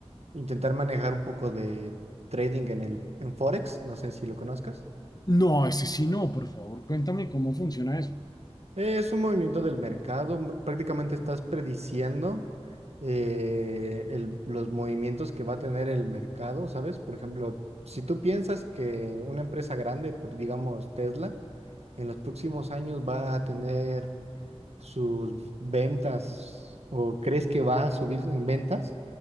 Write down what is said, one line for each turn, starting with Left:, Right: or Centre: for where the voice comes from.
Right: intentar manejar un poco de trading en el, en Forex. No sé si lo conozcas.
Left: No, ese sí no, por favor, cuéntame cómo funciona eso.
Right: Es un movimiento del mercado. m- Prácticamente estás prediciendo eh, el- los movimientos que va a tener el mercado, ¿sabes? Por ejemplo, si tú piensas que una empresa grande, por- digamos Tesla, en los próximos años va a tener sus ventas o crees que va a subir en ventas,